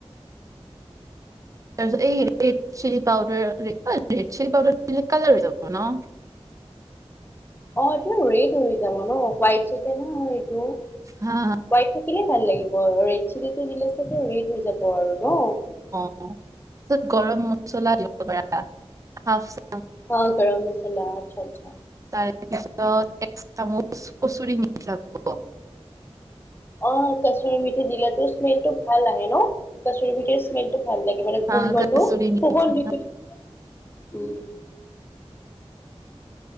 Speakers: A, on the right; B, on the left.
A: তাৰ পিছত এই red chilli powder red chilli powder colour হৈ যাব ন
B: অ' এইটো ৰেড হৈ যাব ন? হোৱাইট চিকেন হয়। হোৱাইট
A: হা
B: থাকিলে ভাল লাগিব। ৰেড চিলি টো দিলে ৰেড হৈ যাব আৰু ন
A: অ' তাৰপিছত গৰম মছলা দি কৰা হাফ চা
B: হা গৰম মছালা আচ্ছা আচ্ছা
A: তাৰপিছত এক চামুচ কচুৰি মিঠি লাগিব
B: অ' কাস্তৰী মিঠি দিলো স্মেল টো ভাল আহে ন কাচুৰি মিঠিৰ স্মেলটো ভাল লাগে মানে
A: হা
B: গোন্ধটো
A: কচুৰি মেথি
B: সুগন্ধটো অ'